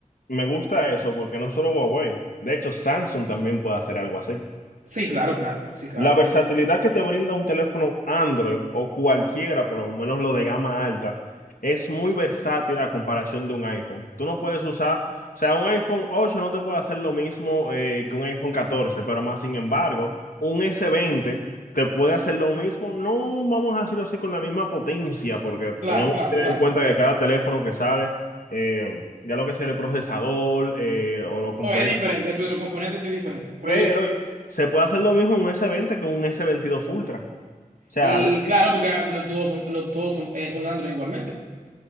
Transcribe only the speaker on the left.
me gusta eso porque no solo Huawei, de hecho Samsung también puede hacer algo así.
La versatilidad que te brinda un teléfono Android o cualquiera, por lo menos lo de gama alta, es muy versátil a comparación de un iPhone. Tú no puedes usar, o sea, un iPhone ocho no te puede hacer lo mismo eh, que un iPhone catorce, pero más sin embargo, un s veinte te puede hacer lo mismo, no vamos a decirlo así con la misma potencia, porque
tenemos
que tener
en cuenta que cada teléfono que sale, eh, ya lo que sea el procesador eh, o los componentes,
pero
se puede hacer lo mismo en un s veinte que un s veintidós Ultra. O sea,
de-